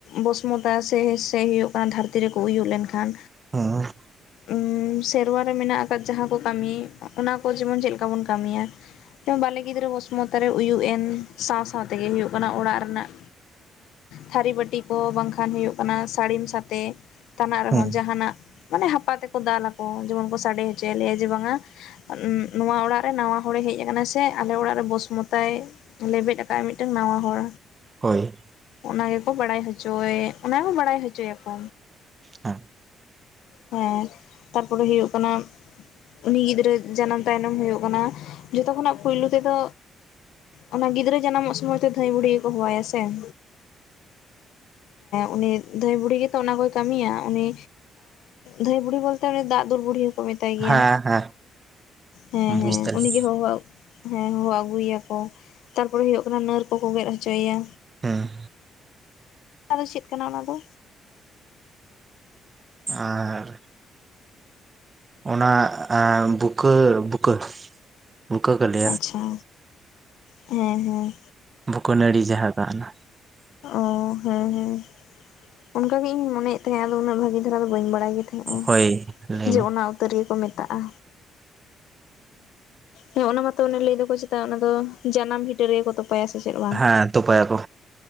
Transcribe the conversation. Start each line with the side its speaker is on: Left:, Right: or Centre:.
Left: ᱵᱚᱥᱢᱚᱛᱟ ᱥᱮ ᱦᱮ ᱥᱮ ᱦᱩᱭᱩᱜ ᱠᱟᱱᱟ ᱫᱷᱟᱹᱨᱛᱤ ᱨᱮᱠᱚ ᱩᱭᱩᱜ ᱞᱮᱱᱠᱷᱟᱱ
Right: ᱦᱚᱸ
Left: ᱩᱸ ᱥᱮᱨᱣᱟ ᱨᱮ ᱢᱮᱱᱟᱜ ᱟᱠᱟᱫ ᱡᱟᱦᱟᱸ ᱠᱚ ᱠᱟᱹᱢᱤ ᱚᱱᱟ ᱠᱚ ᱡᱮᱢᱚᱱ ᱪᱮᱫ ᱞᱮᱠᱟ ᱵᱚᱱ ᱠᱟᱹᱢᱤᱭᱟ᱾ ᱵᱟᱞᱮ ᱜᱤᱫᱽᱨᱟᱹ ᱵᱚᱥᱢᱚᱛᱟ ᱨᱮ ᱩᱭᱩᱜ ᱮᱱ ᱥᱟᱶ ᱥᱟᱶ ᱛᱮᱜᱮ ᱦᱩᱭᱩᱜ ᱠᱟᱱᱟ ᱚᱲᱟᱜ ᱨᱮᱱᱟᱜ ᱛᱷᱟᱹᱨᱤ ᱵᱟᱹᱴᱤ ᱠᱚ ᱵᱟᱝ ᱠᱷᱟᱱ ᱦᱩᱭᱩᱜ ᱠᱟᱱᱟ ᱥᱟᱹᱲᱤᱢ ᱥᱟᱛᱮ ᱛᱟᱱᱟᱜ ᱨᱮᱦᱚᱸ
Right: ᱦᱮᱸ
Left: ᱡᱟᱦᱱᱟᱜ ᱢᱟᱱᱮ ᱦᱟᱯᱟ ᱛᱮᱠᱚ ᱫᱟᱞᱟ ᱠᱚ ᱡᱮᱢᱚᱱ ᱠᱚ ᱥᱟᱰᱮ ᱦᱚᱪᱚᱭᱟ ᱞᱮᱭᱟ ᱡᱮ ᱵᱟᱝ-ᱟ ᱱᱚᱶᱟ ᱚᱲᱟᱜ ᱨᱮ ᱱᱟᱶᱟ ᱦᱚᱲᱮ ᱦᱮᱡ ᱟᱠᱟᱱᱟ ᱥᱮ ᱟᱞᱮ ᱚᱲᱟᱜ ᱨᱮ ᱵᱚᱥ ᱢᱚᱛᱟᱭ ᱞᱮᱵᱮᱫ ᱟᱠᱟᱫ ᱢᱤᱫᱴᱟᱝ ᱱᱟᱣᱟ ᱦᱚᱲ᱾
Right: ᱦᱳᱭ
Left: ᱚᱱᱟ ᱜᱮᱠᱚ ᱵᱟᱲᱟᱭ ᱦᱚᱪᱚᱭᱮ ᱚᱱᱟ ᱦᱚᱸ ᱵᱟᱲᱟᱭ ᱦᱚᱪᱚᱭ ᱟᱠᱚ᱾
Right: ᱦᱮᱸ
Left: ᱦᱮᱸ ᱛᱟᱨᱯᱚᱨᱮ ᱦᱩᱭᱩᱜ ᱠᱟᱱᱟ ᱩᱱᱤ ᱜᱤᱫᱽᱨᱟᱹ ᱡᱟᱱᱟᱢ ᱛᱟᱭᱱᱚᱢ ᱦᱩᱭᱩᱜ ᱠᱟᱱᱟ ᱡᱚᱛᱚ ᱠᱷᱚᱱᱟᱜ ᱯᱩᱭᱞᱳ ᱛᱮᱫᱚ ᱚᱱᱟ ᱜᱤᱫᱽᱨᱟᱹ ᱡᱟᱱᱟᱢᱚᱜ ᱥᱚᱢᱚᱭ ᱛᱮ ᱫᱷᱟᱹᱭ ᱵᱩᱰᱦᱤ ᱜᱮᱠᱚ ᱦᱚᱦᱚᱣᱟᱭᱟ ᱥᱮ ᱦᱮᱸ ᱩᱱᱤ ᱫᱷᱟᱹᱭ ᱵᱩᱰᱦᱤ ᱜᱮᱛᱚ ᱚᱱᱟ ᱠᱚᱭ ᱠᱟᱹᱢᱤᱭᱟ ᱾ᱩᱱᱤ ᱫᱷᱟᱹᱭ ᱵᱩᱲᱦᱤ ᱵᱚᱞ ᱛᱮ ᱩᱱᱤ ᱫᱟᱜ ᱫᱩᱞ ᱵᱩᱲᱦᱤ ᱢᱮᱛᱟᱭ ᱜᱮᱭᱟ,
Right: ᱦᱮᱸ ᱦᱮᱸ
Left: ᱦᱮᱸ
Right: ᱵᱩᱡᱽ
Left: ᱦᱮᱸ
Right: ᱫᱟᱞᱤᱧ
Left: ᱩᱱᱤᱜᱮ ᱦᱚᱦᱚ ᱦᱮᱸ ᱦᱚᱦᱚ ᱟᱹᱜᱩᱭᱟ ᱠᱚ ᱛᱟᱨᱯᱚᱨᱮ ᱦᱩᱭᱩᱜ ᱠᱟᱱᱟ ᱱᱟᱹᱨ ᱠᱚᱠᱚ ᱜᱮᱫ ᱦᱚᱪᱚᱭᱮᱭᱟ᱾
Right: ᱦᱮᱸ
Left: ᱟᱫᱚ ᱪᱮᱫ ᱠᱟᱱᱟ ᱚᱱᱟ ᱫᱚ?
Right: ᱟᱨ ᱚᱱᱟ ᱵᱩᱠᱟᱹ ᱵᱩᱠᱟᱹ ᱵᱩᱠᱟᱹ ᱠᱚ ᱞᱟᱹᱭ᱾
Left: ᱟᱪᱪᱷᱟ ᱦᱮᱸ ᱦᱮᱸ
Right: ᱵᱩᱠᱟᱹ ᱱᱟᱹᱲᱤ ᱡᱟᱦᱟᱸ ᱛᱟᱦᱮᱱᱟ᱾
Left: ᱚᱸ ᱦᱮᱸ ᱦᱮᱸ ᱚᱱᱠᱟᱜᱤᱧ ᱢᱚᱱᱮᱭᱮᱫ ᱛᱟᱦᱮᱸᱫ ᱟᱫᱚ ᱩᱱᱟᱹᱜ ᱵᱷᱟᱜᱤ ᱫᱷᱟᱨᱟ ᱫᱚ ᱵᱟᱹᱧ ᱵᱟᱲᱟᱭ ᱜᱮ ᱛᱟᱦᱮᱸᱱᱟ᱾
Right: ᱦᱳᱭ ᱞᱟᱹᱭ
Left: ᱡᱮ
Right: ᱢᱮ
Left: ᱚᱱᱟ ᱩᱛᱟᱹᱨ ᱜᱮᱠᱚ ᱢᱮᱛᱟᱜ-ᱟ᱾ ᱦᱮᱸ ᱚᱱᱟ ᱢᱟᱛᱚ ᱚᱱᱮ ᱞᱟᱹᱭ ᱫᱚᱠᱚ ᱪᱮᱛᱟ ᱚᱱᱟ ᱫᱚ ᱡᱟᱱᱟᱢ ᱵᱷᱤᱴᱟᱹ ᱨᱮᱜᱮ ᱠᱚ ᱛᱚᱯᱟ ᱯᱟᱭᱟ ᱥᱮ ᱪᱮᱫ᱾ ᱵᱟᱝ?
Right: ᱦᱮᱸ ᱛᱚᱯᱟᱭ ᱟᱠᱚ᱾